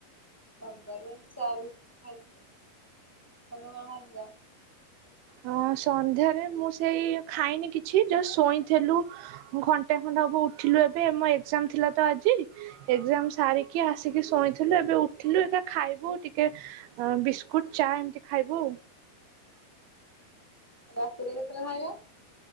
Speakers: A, in the centre; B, on the right (about 80°).
A: ସନ୍ଧ୍ୟାରେ ଚା ବିସ୍କଟ ଖାଇଥିଲି, ତମେ କଁ ଖାଇଥିଲ?
B: ହଁ ସନ୍ଧ୍ୟାରେ ମୁଁ ସେଇ ଖାଇନି କିଛି ଜ ଶୋଇଥିଲୁ। ଘଣ୍ଟେ ଖଣ୍ଡେ ହବ ଉଠିଲୁ ଏବେ, ମୋ ଏକଜାମ ଥିଲା ତ ଆଜି। ଏକଜାମ ସାରିକି ଆସିକି ଶୋଇଥିଲୁ, ଏବେ ଉଠିଲୁ ଏବେ ଖାଇବୁ, ଟିକେ ବିସ୍କୁଟ ଚା ଏମିତି ଖାଇବୁ।
A: ରାତିରେ କେତେବେଳେ ଖାଇବ?